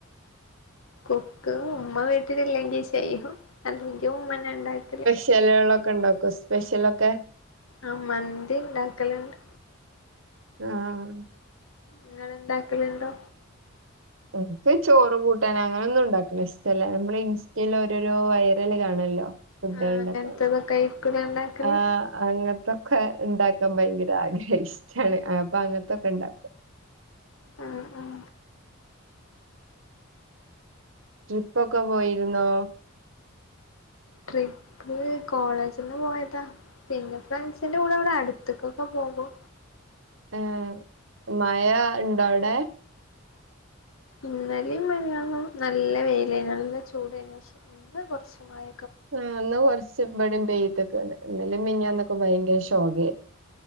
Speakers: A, on the left (about 85°); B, on the right (about 70°).
A: കുക്ക് ഉമ്മ വീട്ടില് ഇല്ലെങ്കിൽ ചെയ്യും അല്ലെങ്കിൽ ഉമ്മന്നെ ഇണ്ടാക്കല്
B: എലകള് ഒക്കെ ഒണ്ടാക്കുവോ സ്പെഷ്യല് ഒക്കെ
A: ആ മന്തി ഇണ്ടാക്കല് ഒണ്ട്
B: ആഹ്
A: നിങ്ങള് എണ്ടാക്കലുണ്ടോ
B: എക്ക് ചോറ് കൂട്ടാന് അങ്ങനെ ഒന്നും ഉണ്ടാക്കണ ഇഷ്ട അല്ല നമ്മള് ഇൻസ്റ്റയിൽ ഓരോരോ വൈറല് കാണുല്ലോ കൂട്ടാൻ
A: ആഹ്
B: ഒണ്ടാക്കാന്
A: അങ്ങനത്തതൊക്കെ ആയിരിക്കൂലേ ഇണ്ടാക്കല്
B: ആഹ് അങ്ങനത്തെ ഒക്കെ ഉണ്ടാക്കാൻ ഭയങ്കര ആഗ്രഹ ഇഷ്ടാണ് അപ്പ അങ്ങനത്തെ ഒക്കെ ഉണ്ടാക്കും
A: ഉം ഉം
B: ട്രിപ്പ് ഒക്കെ പോയിരുന്നോ
A: ട്രിപ്പ് കോളേജിന്ന് പോയതാ പിന്നെ ഫ്രണ്ട്സിന്റെ കൂടെ ഇവിടെ അടുത്ത് ഒക്കെ പോകും
B: ആ. മയ ഇണ്ടൊ അവിടെ
A: ഇന്നലെയു മിനിഞ്ഞാന്നും നല്ല വെയില് ആയിന്നു നല്ല ചൂട് ആയിന്നു പക്ഷേ ഇപ്പ കൊറച്ച് മയ
B: ആ ഇന്ന് കൊറച്ച് ഇവിടെയും പെയ്തേക്കണ് ഇന്നലെ മിനിഞ്ഞാന്ന് ഒക്കെ ഭയങ്കര ഷോക്ക ആയിരുന്നു